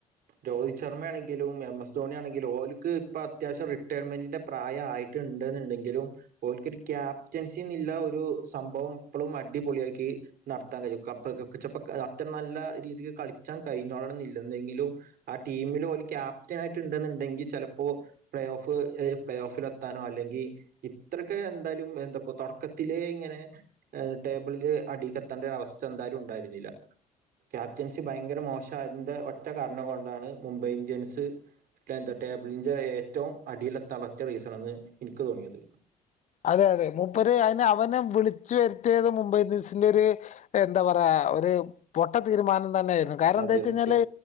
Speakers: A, on the right; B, on the left.
A: രോഹിത് ശർമ്മണെങ്കിലും എം എസ് ധോണിണെങ്കിലും ഓല്ക്ക് ഇപ്പത്യാവശ്യം റിട്ടയർമെന്റിന്റെ പ്രായായി ട്ട്ണ്ട്ന്ന്ണ്ടെങ്കിലും ഓൽക്കരു ക്യാപ്റ്റൻസിന്നില്ല ഒരു സംഭവം എപ്പളും അടിപൊളിയാക്കി നടത്താൻ കഴിയും കപ്പൊക്കെപ്പിച്ചപ്പ അത്ര നല്ല രീതി കളിച്ചാൻ കഴിഞ്ഞോളണന്നില്ലെങ്കിലും ആ ടീമിലൊര് ക്യാപ്റ്റനായിട്ട് ണ്ട്ന്ന്ണ്ടങ്കി ചെലപ്പോ പ്ലേ ഓഫ്‌ ഏ പ്ലേ ഓഫീലെത്താനോ അല്ലെങ്കി ഇത്രക്ക് എന്താലും മെന്താപ്പാ തൊടക്കത്തിലേ ഇങ്ങനെ ടേബിളില് അടി കത്തേണ്ട അവസ്ഥന്താലും ഉണ്ടായിരുന്നില്ല. ക്യാപ്റ്റൻസി ഭയങ്കര മോശായതിന്റെ ഒറ്റ കാരണം കൊണ്ടാണ് മുംബൈ ഇന്ത്യൻസ് ന്താ ട്ടേബിളിന്റെ ഏറ്റവും അടിയില തളച്ച റീസൺന്ന് എനിക്ക് തോന്നിയത്.
B: അതെ അതെ മൂപ്പര് അയ്ന് അവനെ വിളിച്ചു വരുത്തിയത് മുംബൈ ഇന്ത്യൻസിന്റെരു എന്താ പറയാ ഒരു പൊട്ട തീരുമാനം തന്നെ ആയിരുന്നു കാരണന്താച്ചഴിഞ്ഞാല്
A: അതെ സത്യം